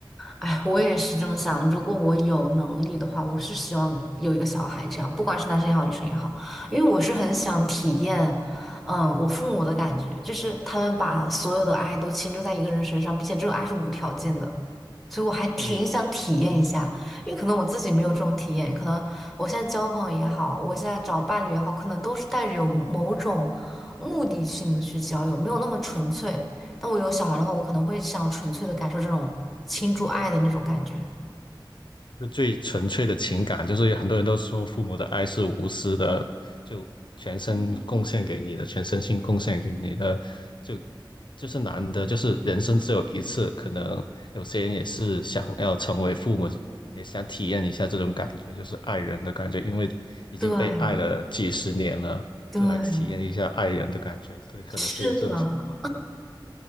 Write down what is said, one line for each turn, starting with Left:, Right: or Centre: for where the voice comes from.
Centre: 哎，我也是这么想。如果我有能力的话，我是希望有一个小孩这样，不管是男生也好，女生也好，因为我是很想体验，嗯，我父母的感觉，就是他们把所有的爱都倾注在一个人身上，并且这种爱是无条件的，所以我还挺想体验一下，
Left: 嗯，
Centre: 因为可能我自己没有这种体验，可能我现在交朋友也好，我现在找伴侣也好，可能都是带着有某种目的性的去交友，没有那么纯粹。但我有小孩的话，我可能会想纯粹的感受这种倾注爱的那种感觉。
Left: 就最纯粹的情感，就是有很多人都说父母的爱是无私的，就全身贡献给你的，全身心贡献给你的，就就是难得，就是人生只有一次，可能有些人也是想要成为父母，也想体验一下这种感觉，就是爱人的感觉，因为已经被爱了几十年了，
Centre: 对对，
Left: 就来体验一下爱人的感觉，对，可能是有这种想法。
Centre: 是的，